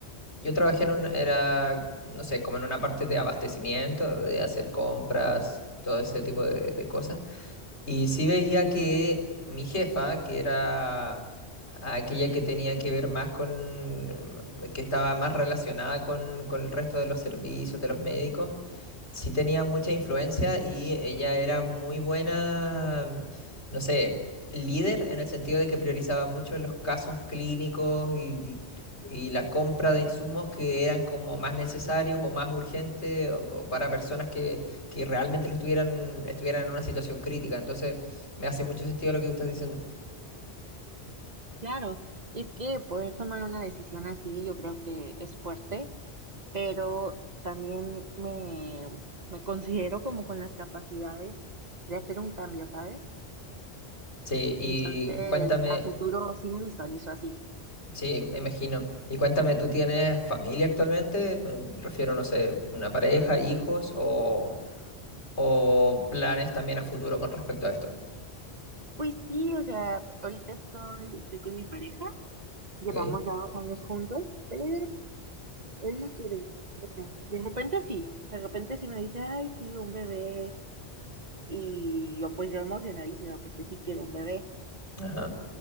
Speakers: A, on the left; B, on the right.
A: yo trabajé en un, era, no sé, como en una parte de abastecimiento, de hacer compras, todo ese tipo de, de cosas. Y sí veía que mi jefa, que era aquella que tenía que ver más con, mm, que estaba más relacionada con, con el resto de los servicios, de los médicos, sí tenía mucha influencia y ella era muy buena, no sé, líder en el sentido de que priorizaba mucho los casos clínicos y, y- y la compra de insumos que eran como más necesarios o más urgentes o- o para personas que, que realmente lo estuvieran, estuvieran en una situación crítica. Entonces, me hace mucho sentido lo que tú estás diciendo.
B: Claro, es que poder tomar una decisión así yo creo que es fuerte pero también me, me considero como con las capacidades de hacer un cambio, ¿sabes?
A: Sí, y
B: Entonces,
A: cuéntame.
B: a futuro sí me visualizo así.
A: Sí, me imagino. Y cuéntame, ¿tú tienes familia actualmente? Me refiero, no sé, una pareja, hijos o, o planes también a futuro con respecto a esto.
B: Pues sí, o sea, ahorita estoy, estoy con mi pareja, llevamos
A: ¿Ok?
B: ya dos años juntos, pero él no quiere. Bueno, de repente sí, de repente sí me dice, ay, sí, un bebé. Y yo pues yo emocionadísima porque sí quiero un bebé.
A: Ajá.